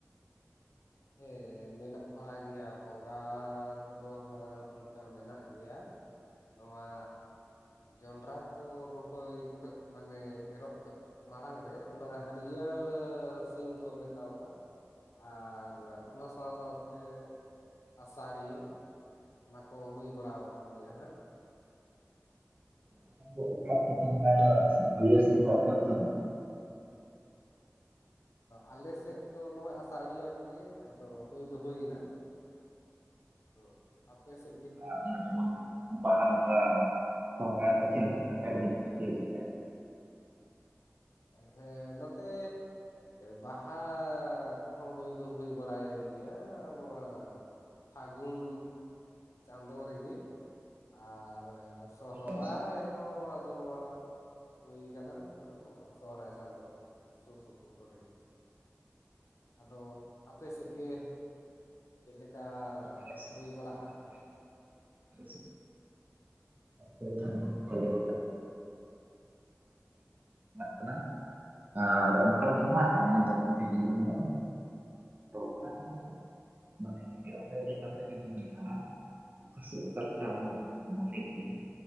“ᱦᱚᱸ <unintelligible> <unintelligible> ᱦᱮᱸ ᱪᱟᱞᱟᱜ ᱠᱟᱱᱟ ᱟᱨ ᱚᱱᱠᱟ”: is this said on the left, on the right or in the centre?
Right